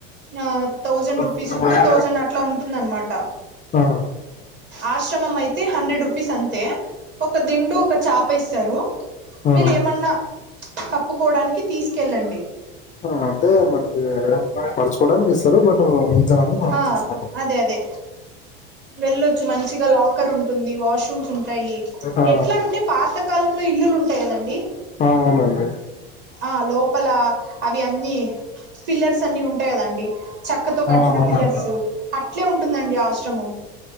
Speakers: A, on the right; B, on the left.
A: ఆ థౌజండ్
B: ఆ
A: రూపీస్ టూ థౌజండ్ అట్లా ఉంటుంది అన్నమాట.
B: ఆ
A: ఆశ్రమం అయి తే హండ్రెడ్ రూపీస్ అంతే ఒక దిండు ఒక చాప ఇస్తారు.
B: ఆ
A: మీరు ఏమన్నా కప్పుకోడానికి తీసుకెళ్ళండి.
B: ఆ అంటే మనకి పడుచుకోవడానికి ఇస్తారు బట్ మిగతావన్నీ మనం
A: ఆ
B: తీసుకోలేం
A: అదే అదే వెళ్ళొచ్చు మంచిగా లాకర్ ఉం టుంది వాష్ రుమ్స్ ఉంటాయి
B: ఆ
A: ఎట్లా అంటే పాత కాలంలో ఇల్లులు ఉంటాయి కదండి.
B: ఆ అవునండి
A: ఆ లోపల అవి అన్నీ పిల్లర్స్ అన్ని ఉంటాయి కదండి చక్కతో
B: ఆ
A: కట్టిన
B: అవునండి
A: పిల్లర్స్ అట్ అట్లే ఉంటుందండి ఆశ్రమం